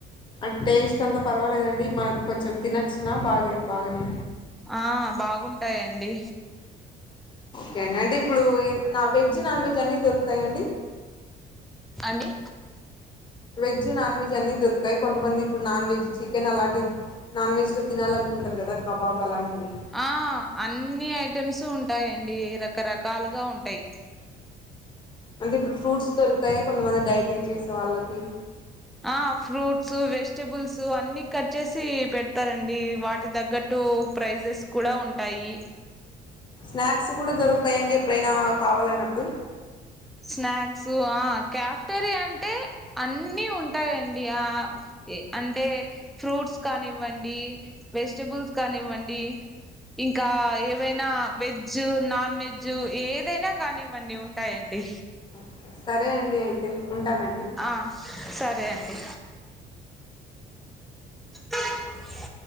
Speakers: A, on the left; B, in the centre.
A: అంటే టేస్ట్ అంతా పర్వాలేదండి మనకు కొంచెం తినొచ్చనా బాగే బాగానే
B: ఆ బాగుంటాయండి
A: ఓకే అండి అంటే ఇప్పుడు ఏ నా వెజ్ నాన్ వెజ్ అన్నీ దొరుకుతాయా అండీ
B: అండి
A: వెజ్ నాన్ వెజ్ అన్ని దొరికాయి కొంతమంది ఇప్పుడు నాన్ వెజ్ చికెన్ అలాంటి నాన్ వెజ్ లు తినాలనుకుంటారు కదా కబాబ్ అలాంటివి
B: ఆ అన్ని ఐటెమ్స్ ఉంటాయండి రకరకాలుగా ఉంటాయి
A: అంటే ఇప్పుడు ఫ్రూట్స్ దొరుకుతాయా కొంతమంది డైటింగ్ చేసే వాళ్ళకి
B: ఆ ఫ్రూట్స్ వెజిటబుల్స్ అన్ని కట్ చేసి పెడతారండి వాటి తగ్గట్టు టూ ప్రైజెస్ కూడా ఉంటాయి
A: స్నాక్స్ కూడా దొరుకుతాయిండి ఎప్పుడైనా కావాలన్నప్పుడు
B: స్నాక్స్ ఆ కెప్టెరియా అంటే అన్ని ఉంటాయండి ఆ ఏ అంటే ఫ్రూట్స్ కానివ్వండి వెజ్టబుల్స్ కానివ్వండి ఇంకా ఏవైనా వెజ్జ్ నాన్ వెజ్జ్ ఏదైనా కానివండి ఉంటాయండి
A: ఓకే సరే అండి అయితే ఉంటానండి
B: అ సరే అండి <unintelligible>